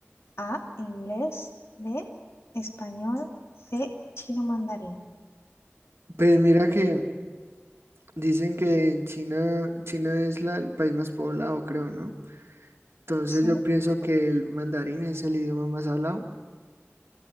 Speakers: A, on the left; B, on the right.
A: A, inglés, B, español, C, chino mandarín.
B: Pues mira que dicen que en China, China es la- el país más poblado, creo, ¿no? Entonces
A: Sí.
B: yo pienso que el mandarín es el idioma más hablado.